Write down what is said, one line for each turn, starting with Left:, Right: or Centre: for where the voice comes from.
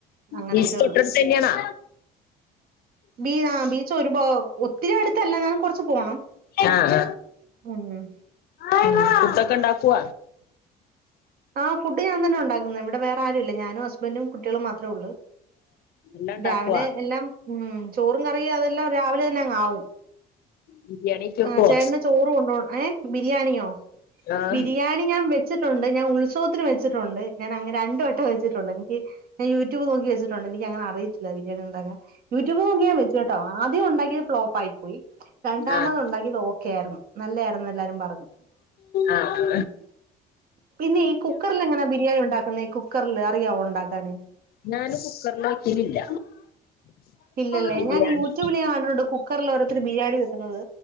Right: അങ്ങനൊക്കെള്ളൂ
Left: ബീച്ച് തൊട്ടടുത്ത് തന്നെയാണാ
Right: ബീനാ ബീ <unintelligible> ഒത്തിരി അടുത്തല്ല ന്നാലും കൊറച്ച് പോണം
Left: ആഹ്
Right: ഉം
Left: ആഹ് ഫുഡൊക്കെ ഇണ്ടാക്കോ
Right: ആ ഫുഡ് ഞാൻ തന്നെ ഉണ്ടാക്കുന്നെ ഇവിടെ വേറെ ആരുംല്ല ഞാനും ഹസ് ബന്റും കുട്ടികളും മാത്രേ ഉള്ളൂ
Left: എല്ലാം ഉണ്ടാക്കുവാ
Right: രാവിലെ എല്ലാം ഉം ചോറും കറിയും അതെല്ലാം രാവിലെ തന്നെ അങ്ങാവും
Left: ബിരിയാണിയൊക്കെ വെക്കുവോ
Right: ആഹ് ചേട്ടന് ചോറ് കൊണ്ടോണം ഏഹ് ബിരിയാണിയോ
Left: ആഹ്
Right: ബിരിയാണി ഞാം വെച്ചിട്ട് ഞാ ഉത്സവത്തിന് വെച്ചിട്ടുണ്ട് ഞാൻ അങ്ങെനെ രണ്ട് വട്ടം വച്ചിട്ടുണ്ട് എനിക്ക് ഞാ യൂ ട്യൂ യൂ ട്യൂബ് നോക്കി വെച്ചിട്ടുണ്ട് എ നിക്കങ്ങനെ അറിയില്ല ബിരിയാണി ഉണ്ടാക്കാൻ. യൂ ട്യൂബ് നോക്കി ഞാൻ വെച്ചി കേട്ടോ ആദ്യം ഉണ്ടാക്കിയത് ഫ്ലോപ്പ് ആയി പോയി. രണ്ടാമതുണ്ടാക്കിയത്
Left: ആഹ്
Right: ഓക്കെയാർന്നു നല്ലയാരുന്നു എല്ലാരും പറഞ്ഞു
Left: ആഹ്
Right: പിന്നെ ഈ കുക്കർല് എങ്ങനാ ബിരിയാണി ഉണ്ടാക്കുന്നെ കുക്കർല് അറിയാവോ ഉണ്ടാക്കാന്
Left: ഞാന് കുക്കർലോക്കീട്ടില്ല
Right: ഇല്ലല്ലേ
Left: ബിരിയാണി
Right: ഞാൻ യൂട്യൂബിൽ ഞാൻ കണ്ടിട്ടുണ്ട് കുക്കറിൽ ഓരോരുത്തര് ബിരിയാണി വെക്കുന്നത്